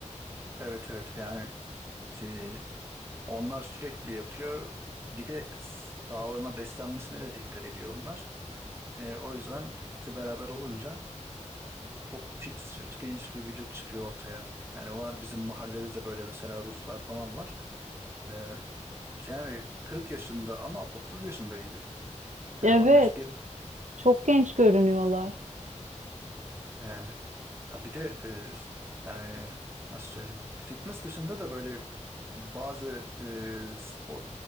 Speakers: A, on the right; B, on the right.
A: Evet evet yani şey, onlar sürekli yapıyor. Bir de sağlığına beslenmesine de dikkat ediyor onlar. Ee, o yüzden ikisi beraber olunca çok fit, süt, genç bir vücut çıkıyor ortaya. Yani var bizim mahallede de böyle mesela Ruslar falan var. Ee, yani 40 yaşında ama 30 yaşında gibi. Yani
B: Evet,
A: 10 yaş geride.
B: çok genç görünüyorlar.
A: Yani ha bir de e, yani nasıl söyleyeyim? Fitness dışında da böyle bazı e, spor